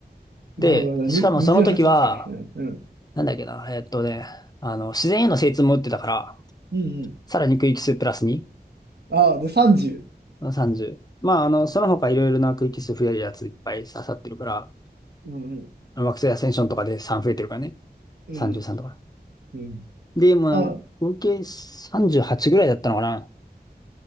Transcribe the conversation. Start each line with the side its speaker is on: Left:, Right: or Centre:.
Left: で、
Right: なるほど。
Left: しかもその時は、
Right: に28扱い。うんうん。
Left: なんだっけな、えっとね、あの、自然への精通も打ってたから、
Right: うんうん。
Left: さらに区域数プラス2、
Right: ああ、で、30。
Left: 30。まあ、あの、その他いろいろな区域数増えるやついっぱい刺さってるから、
Right: うんうん。
Left: あの惑星アセンションとかで3増えてるからね。
Right: うん
Left: 33とか。
Right: うん。
Left: で、まあ、
Right: あ、
Left: 合計38ぐらいだったのかな